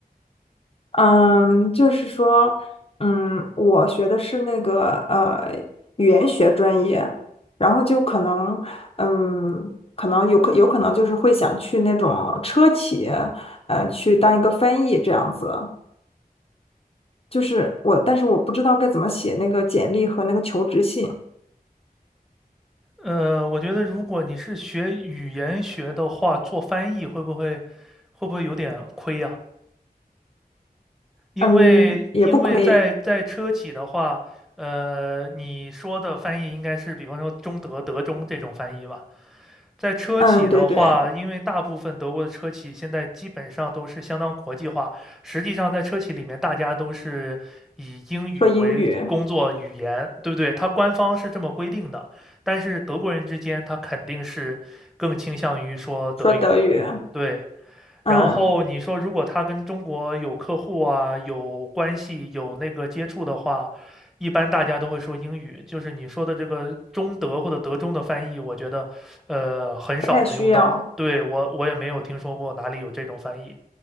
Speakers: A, on the left; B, in the centre.
A: 嗯，就是说，嗯，我学的是那个呃语言学专业，然后就可能，嗯，可能有可有可能就是会想去那种车企，嗯、去当一个翻译这样子。就是我，但是我不知道该怎么写那个简历和那个求职信。
B: 呃，我觉得如果你是学语言学的话，做翻译会不会会不会有点亏啊？因为因为在在车企的话，
A: 嗯，也不亏。
B: 呃，你说的翻译应该是比方说中德、德中这种翻译吧？在车企的话，
A: 嗯，对对，
B: 因为大部分德国的车企现在基本上都是相当国际化。实际上，在车企里面，大家都是以英语为工作语言，
A: 说英语，
B: 对不对？它官方是这么规定的，但是德国人之间，他肯定是更倾向于说德语的。
A: 说德语，
B: 对，
A: 嗯，
B: 然后你说，如果他跟中国有客户啊、有关系、有那个接触的话，一般大家都会说英语。就是你说的这个中德或者德中的翻译，我觉得，呃，很少能用到。
A: 不太需要。
B: 对，我我也没有听说过哪里有这种翻译，